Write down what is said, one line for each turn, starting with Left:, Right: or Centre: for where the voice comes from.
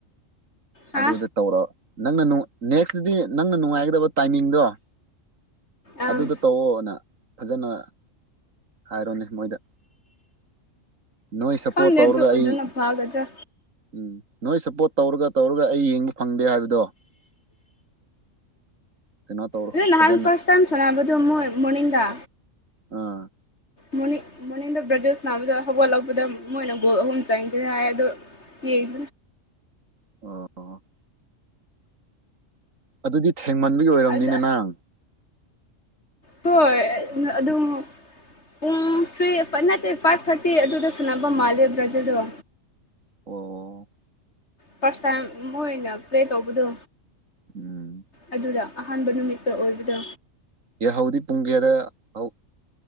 Left: ꯍꯥ
Right: ꯑꯗꯨꯗ ꯇꯧꯔꯣ ꯅꯪꯅ ꯅꯨꯡ ꯅꯦꯛꯁꯇꯗꯤ ꯅꯪꯅ ꯅꯨꯡꯉꯥꯏꯒꯗꯕ ꯇꯥꯏꯃꯤꯡꯗꯣ
Left: ꯑꯪ
Right: ꯑꯗꯨꯗ ꯇꯧꯑꯣꯅ ꯐꯖꯅ ꯍꯥꯏꯔꯣꯅꯦ ꯃꯣꯏꯗ ꯅꯣꯏ ꯁꯞꯄꯣꯔꯠ
Left: ꯈꯪꯗꯦ
Right: ꯇꯧꯔꯒ
Left: ꯑꯗꯨ
Right: ꯑꯩ
Left: ꯑꯗꯨꯅ ꯐꯒꯗ꯭ꯔꯥ
Right: ꯎꯝ ꯅꯣꯏ ꯁꯞꯄꯣꯔꯠ ꯇꯧꯔꯒ ꯇꯧꯔꯒ ꯑꯩ ꯌꯦꯡꯕ ꯐꯪꯗꯦ ꯍꯥꯏꯕꯗꯣ ꯀꯩꯅꯣ ꯇꯧꯔꯣ
Left: ꯑꯗ ꯅꯍꯥꯟ
Right: ꯐꯖꯅ
Left: ꯐꯔꯁ ꯇꯥꯏꯝ ꯁꯥꯟꯅꯕꯗꯣ ꯃꯣꯏ ꯃꯣꯔꯅꯤꯡꯗ
Right: ꯑꯥ
Left: ꯃꯣꯔꯅꯤꯡ ꯃꯣꯔꯅꯤꯡꯗ ꯕ꯭ꯔꯥꯖꯤꯜ ꯁꯟꯅꯥꯕꯗꯣ ꯍꯧꯒꯠꯂꯛꯄꯗ ꯃꯣꯏꯅ ꯒꯣꯜ ꯑꯍꯨꯝ ꯆꯟꯈ꯭ꯔꯦ ꯍꯥꯏ ꯑꯗꯣ ꯌꯦꯡ
Right: ꯑꯣ ꯑꯗꯨꯗꯤ ꯊꯦꯡꯃꯟꯕꯒꯤ ꯑꯣꯏꯔꯝꯅꯤꯅ
Left: ꯑꯗ
Right: ꯅꯪ
Left: ꯍꯣꯏ ꯅ ꯑꯗꯨꯝ ꯄꯨꯡ ꯊ꯭ꯔꯤ ꯊꯔꯤ ꯅꯠꯇꯦ ꯐꯥꯏꯚ ꯊꯥꯔꯇꯤ ꯑꯗꯨꯗ ꯁꯟꯅꯕ ꯃꯥꯜꯂꯦ ꯕ꯭ꯔꯥꯖꯤꯜꯗꯣ
Right: ꯑꯣ
Left: ꯐꯥꯔꯁ ꯇꯥꯏꯝ ꯃꯣꯏꯅ ꯄ꯭ꯂꯦ ꯇꯧꯕꯗꯣ
Right: ꯎꯝ
Left: ꯑꯗꯨꯗ ꯑꯍꯥꯟꯕ ꯅꯨꯃꯤꯠꯇ ꯑꯣꯏꯕꯗꯣ
Right: ꯌꯥꯍꯧꯗꯤ ꯄꯨꯡ ꯀꯌꯥꯗ ꯍꯧ